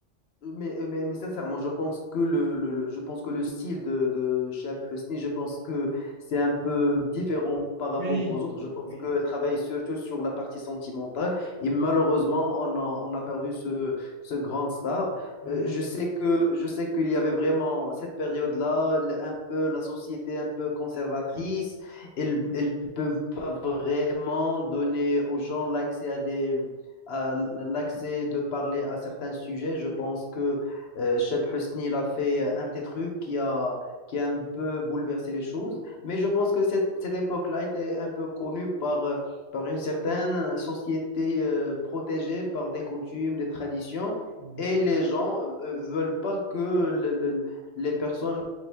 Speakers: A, on the left; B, on the right.
A: mais, mais, mais sincèrement, je pense que le, le, le- je pense que le style de, de Shab Hosni, je pense que c'est un peu différent par
B: Oui,
A: rapport aux autres. Je pense
B: oui.
A: qu'elle travaille surtout sur la partie sentimentale et
B: Mhm,
A: malheureusement, on a, on a perdu ce, ce grand star.
B: mhm,
A: Euh, je sais que, je sais qu'il y avait vraiment cette période-là, le- un peu la société un peu conservatrice. Elles, elles peuvent pas vraiment donner aux gens l'accès à des euh, l'accès de parler à certains sujets. Je pense que euh, Cheb Husni il a fait euh, un petit truc qui a, qui a un peu bouleversé les choses. Mais je pense que cette, cette époque-là était un peu connue par, euh, par une certaine société euh, protégée par des coutumes, des traditions.
B: mhm,
A: Et les gens euh, veulent pas que le- le- les personnes